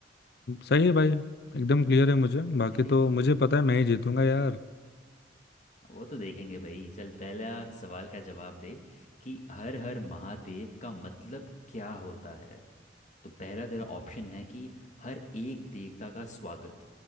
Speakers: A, on the left (about 60°); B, on the left (about 40°).
A: सही है भाई एकदम क्लियर है मुझे बाकी
B: ठीक है
A: तो मुझे पता है मैं ही जीतूंगा यार
B: वो तो देखेंगे भाई चल पहला सवाल का जवाब दे कि हर हर महादेव का मतलब क्या होता है तो पहला तेरा ऑप्शन है कि हर एक देवता का स्वागत